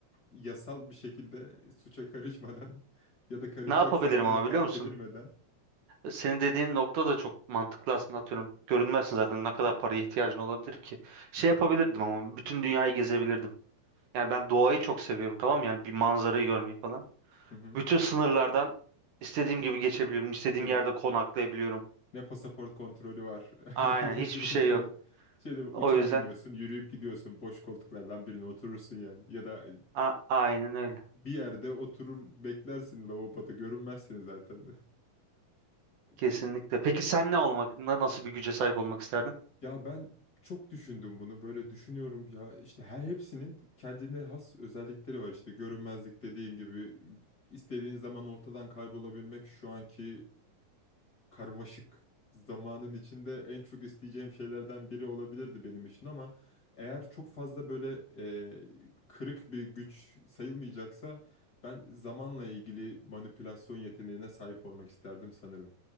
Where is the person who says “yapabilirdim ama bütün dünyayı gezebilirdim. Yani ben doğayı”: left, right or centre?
Right